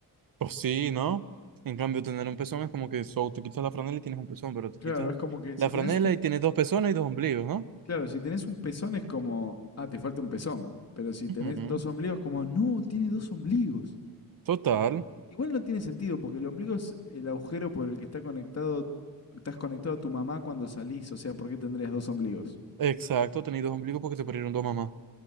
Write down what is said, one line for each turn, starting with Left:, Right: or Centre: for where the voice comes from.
Right: Pues sí, ¿no? En cambio, tener un pezón es como que so, te quitas la franela y tienes un pezón, pero te
Left: Claro,
Right: quitas
Left: es como que si
Right: la franela
Left: tenés un,
Right: y tienes dos pezones y dos ombligos, ¿no?
Left: claro, si tenés un pezón es como, ah, te falta un pezón, pero si tenés
Right: Ujú.
Left: dos ombligos como, no, tiene dos ombligos.
Right: Total.
Left: Igual no tiene sentido porque el ombligo es el agujero por el que está conectado, estás conectado a tu mamá cuando salís, o sea, ¿por qué tendrías dos ombligos?
Right: Exacto, tenéis dos ombligos porque te parieron dos mamás.